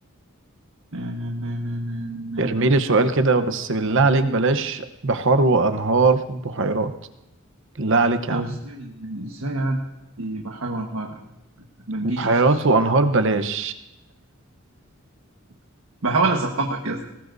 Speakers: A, on the right (about 85°); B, on the right (about 60°).
A: نا- نا- نا- نا- نا- نا-
B: ارميلي
A: نا.
B: سؤال كده بس بالله عليك بلاش بحار وانهار وبحيرات بالله عليك
A: طب
B: يا عم
A: ازاي يعني ازاي اعدي بحر وانهار ما تجيش
B: بحيرات وانهار بلاش
A: <laughs> بحاول اثقفك يا اسطى